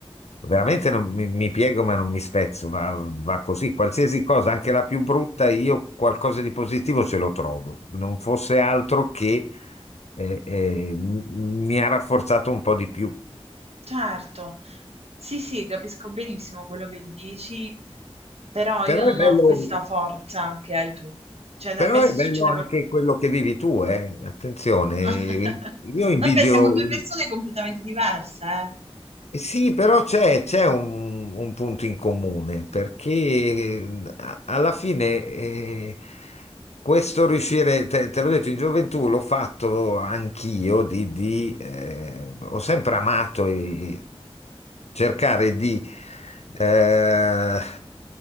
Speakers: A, on the left (about 85°); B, on the right (about 70°).
A: veramente non mi, mi piego, ma non mi spezzo, va, va così. Qualsiasi cosa, anche la più brutta, io qualcosa di positivo ce lo trovo. Non fosse altro che e- e m- mi ha rafforzato un po' di più.
B: Certo. Sì, sì, capisco benissimo quello che dici, però
A: Però
B: io non
A: è bello,
B: ho questa forza che hai tu. Cioè, se
A: però
B: a me se
A: è bello
B: succede
A: anche
B: qualcosa...
A: quello che vivi tu, eh. Attenzione,
B: <laughs>
A: io invidio...
B: Vabbè, siamo due
A: in-
B: persone completamente diverse, eh?
A: eh Sì, però c'è c'è un, un punto in comune, perché a- alla fine eh, questo riuscire, te, te l'ho detto, in gioventù l'ho fatto anch'io, di, di, eh, ho sempre amato e cercare di... eh,